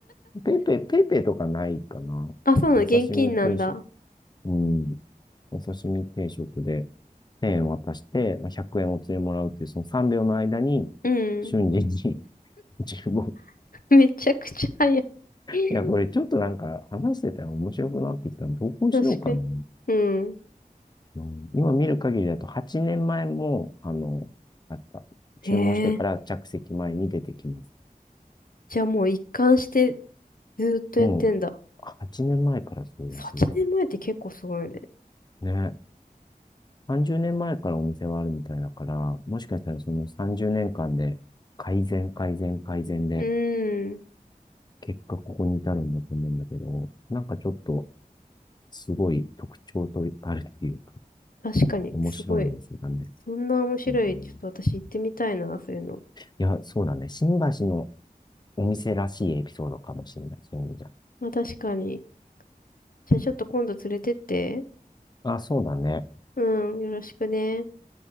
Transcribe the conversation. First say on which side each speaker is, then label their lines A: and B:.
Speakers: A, on the left; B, on the left.
A: ペイペイ、ペイペイとかないかな。
B: あ、そうなの、
A: お刺身定食。
B: 現金なんだ。
A: うん。お刺身定食で、1渡して、まあ、100円お釣りもらうっていう、その3秒の間に、
B: うん。
A: 瞬時に、<laughs> 15
B: <laughs> めちゃくちゃ早い。<laughs>
A: いや、これちょっとなんか話してたら面白くなってきたので、投稿しようかな。
B: 確かに。うん。
A: うん今見る限りだと8年前も、あの、あった。
B: へえ。
A: 注文してから着席前に出てきます。
B: じゃあもう一貫してずーっとやってんだ。
A: もう、8年前からそうらしいです。
B: 8年前って結構すごいよね。
A: ね。30年前からお店はあるみたいだから、もしかしたらその30年間で改善、改善、改善で、
B: うーん。
A: 結果ここに至るんだと思うんだけど、なんかちょっと、すごい特徴とあるっていうか、
B: 確かに、
A: 面白いお店だね。
B: すごい。そんな面白い。
A: うん
B: ちょっと私行ってみたいな、そういうの。
A: いや、そうだね。新橋のお店らしいエピソードかもしれない。そういう意味じゃ。
B: まあ確かに。じゃあちょっと今度連れてって。
A: あ、そうだね。
B: うん、よろしくね。